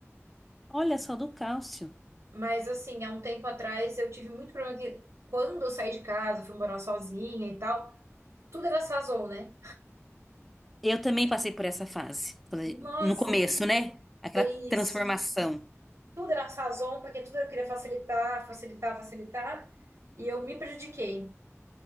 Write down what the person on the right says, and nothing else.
Mas, assim, há um tempo atrás eu tive muito problema que quando eu saí de casa, fui morar sozinha e tal, tudo era Sazon, né?
Nossa,
É isso.
Tudo era Sazon, porque tudo eu queria facilitar, facilitar, facilitar. E eu me prejudiquei.